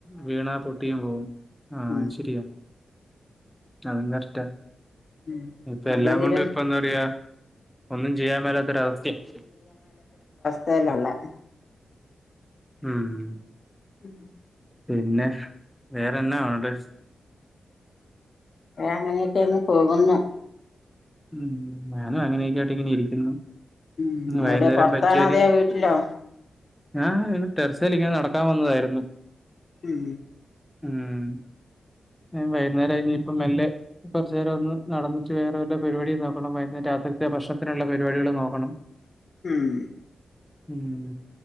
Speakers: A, in the centre; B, on the left.
A: വീണാ പൊട്ടിയും പോകവും ആഹ
B: ഉം
A: ശരിയാ അതും കറക്റ്റ
B: ഉം
A: ഇപ്പ
B: അത്
A: എല്ലാം
B: ഇതിലും
A: കൊണ്ടും ഇപ്പ എന്താ പറയാ ഒന്നും ചെയ്യാൻ മേലാത്തൊരവസ്ഥേണ്.
B: തേലാ ഉള്ളെ.
A: ഊം
B: ഉഹും
A: പിന്നെ വേറെന്നാ ഒണ്ട്?
B: അങ്ങനെയൊക്കെയങ്ങ് പോകുന്നു.
A: ഉം ഞാനും അങ്ങനെയൊക്കെ ആയിട്ട് ഇങ്ങനെ ഇരിക്കുന്നു.
B: ഉം
A: ഇന്ന്
B: എവിടെ
A: വൈകുന്നേരം
B: പൊറത്താണോ
A: പറ്റിയാല്
B: അതോ വീട്ടിലോ?
A: ഞാൻ ഇങ്ങനെ ടെർസേൽ ഇങ്ങനെ നടക്കാൻ വന്നതായിരുന്നു.
B: ഉം
A: ഉം വൈകുന്നേരം ഇനിയിപ്പ മെല്ലെ കുറച്ചു നേരം ഒന്ന് നടന്നിട്ട് വേറെ വല്ല പരിപാടിയും നോക്കണം. വൈന്നേ രാത്രിത്തെ ഭക്ഷണത്തിനുള്ള പരിപാടികൾ നോക്കണം.
B: ഉം
A: ഉം